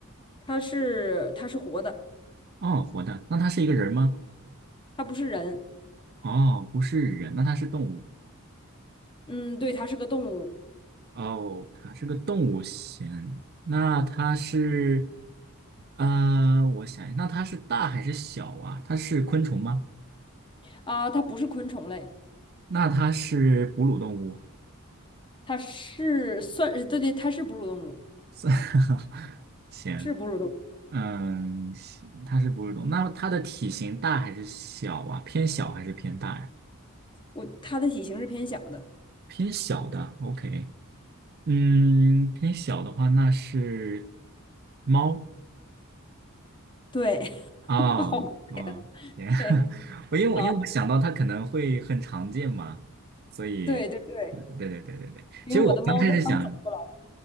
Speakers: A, on the left; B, on the right.
A: 它是它是活的，
B: 哦，活的。那它是一个人吗？
A: 它不是人，
B: 哦，不是人，那它是动物。
A: 嗯，对，它是个动物
B: 哦，它是个动物先。那它是，呃，我想一下那它是大还是小啊？它是昆虫吗？
A: 啊，它不是昆虫类，
B: 那它是哺乳动物。
A: 它是算，呃对对，它是哺乳动物，
B: 算 <laughs> 行，
A: 是哺乳动物，
B: 嗯，行它是哺乳动物。那它的体型大还是小啊？偏小还是偏大呀？
A: 我它的体型是偏小的，
B: 偏小的，OK。嗯，偏小的话，那是猫
A: 对，
B: 啊啊，
A: <laughs> 好，
B: 行，<laughs>
A: 对，
B: 我因为我因为我想到它可能会很常见嘛，
A: 好，
B: 所以，
A: 对对对，
B: 对对对对对，
A: 因为我的猫正好走过来，
B: 其实我刚开始想，